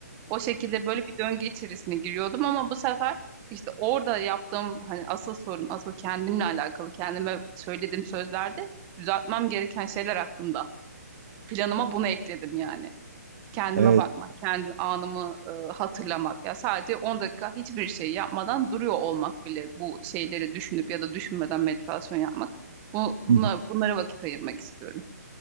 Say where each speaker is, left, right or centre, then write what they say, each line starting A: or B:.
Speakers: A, on the right; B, on the right.
A: O şekilde böyle bir döngü içerisine giriyordum ama bu sefer işte orada yaptığım hani asıl sorun, asıl kendimle alakalı, kendime söylediğim sözlerde düzeltmem gereken şeyler hakkında planıma bunu ekledim yani kendime
B: Evet.
A: bakmak, kendi anımı e, hatırlamak ya sadece 10 dakika hiçbir şey yapmadan duruyor olmak bile bu şeyleri düşünüp ya da düşünmeden meditasyon yapmak. Bu bunla,
B: Hı hı.
A: bunlara vakit ayırmak istiyorum.